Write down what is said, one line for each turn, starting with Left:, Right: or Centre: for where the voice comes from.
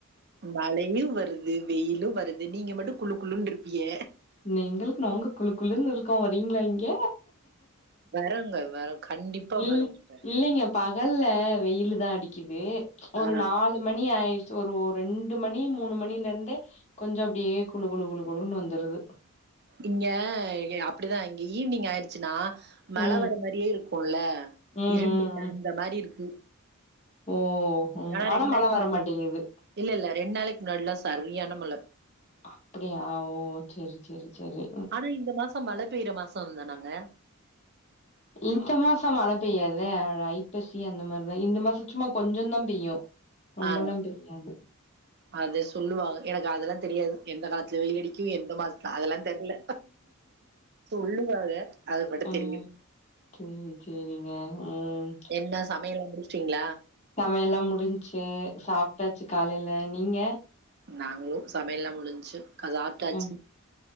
Right: மழையும் வருது வெயிலும் வருது நீங்க மட்டும் குளு குளுன்னு இருப்பீய
Left: நீங்கள் நாங்க குளு குளுன் இருக்கோ வரீங்களா இங்க
Right: வரோங்க வரோம் கண்டிப்பா
Left: இல்
Right: வரோம்ங்க
Left: இல்லைங்க பகல்ல வெயிலு தான் அடிக்குது ஒரு
Right: ஆ
Left: நாலு மணி ஆயிருச் ஒரு ரெண்டு மணி மூணு மணில இருந்தே கொஞ்சம் அப்படியே குழு குழு குழு குழுன்னு வந்துருது
Right: இங்க அப்படிதான் இங்க ஈவினிங் ஆயிடுச்சுன்னா மழை
Left: ம்
Right: வர மாதிரியே இருக்கும் இருக்கும்ல
Left: ம் ம்
Right: இருண்டு பெறண்ட
Left: ம்
Right: மாதிரி இருக்கு
Left: ஓ ம்
Right: நான்
Left: ஆனா
Right: ரெண்டு
Left: மழ
Right: நாளைக்கு
Left: வர
Right: முன்னா
Left: மாட்டேங்குது
Right: இல்ல இல்ல ரெண்டு நாளைக்கு முன்னாடில்லாம் சரியான மழ
Left: அப்படியா ஓ சரி சரி சரி
Right: ஆனா இந்த மாசம் மழை பெய்ற மாசம் தானங்க
Left: இந்த மாசம் மழை பெய்யாதே ஐப்பசி அந்த மாதிரிதான் இந்த மாசம் சும்மா கொஞ்சம் தான் பெய்யும் ரொம்பல்லாம்
Right: ஆ.
Left: பெய்யாது
Right: அது சொல்லுவாக எனக்கு அதெல்லாம் தெரியாது எந்த காலத்துல வெயில் அடிக்கும் எந்த மாச அதெல்லாம் தெரில சொல்லுவாக அது மட்டும்
Left: ம்
Right: தெரியும்
Left: சேரி சேரிங்க உம்
Right: என்ன சமையல்லா முடிச்சிடிங்களா
Left: ஆமா எல்லாம் முடிஞ்சிசு சாப்ட்டாச்சு காலையில நீங்க
Right: நாங்களும் சமையல்லாம் முடிஞ்சு சாப்ட்டாச்சு
Left: ம்